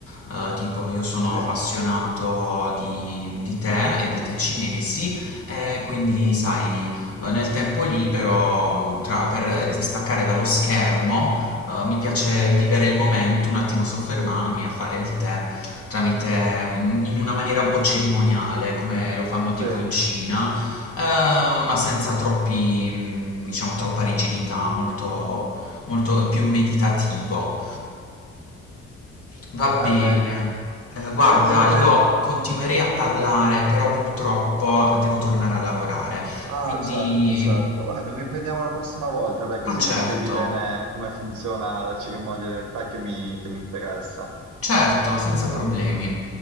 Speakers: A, on the left; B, on the right.
A: Eh, tipo io sono
B: sì,
A: appassionato di, di tè e di tè cinesi, e quindi sai, eh, nel tempo libero, tra- per staccare dallo schermo, eh, mi piace vivere il momento, un attimo soffermarmi a fare il tè tramite in in una maniera un po' cerimoniale, come lo fanno
B: sì.
A: tipo
B: Eh,
A: in Cina, eh, ma senza troppi, mm, diciamo, troppa rigidità, molto, molto più meditativo. Va bene.
B: ma
A: Eh, guarda,
B: penso che...
A: io continuerei a parlare, però purtroppo devo tornare a lavorare.
B: Ah,
A: Quindi,
B: certo, certo. Vabbè, lo riprendiamo la prossima volta, dai, così
A: ma certo,
B: mi spieghi bene come funziona la cerimonia del tè che mi che mi interessa.
A: certo, senza problemi.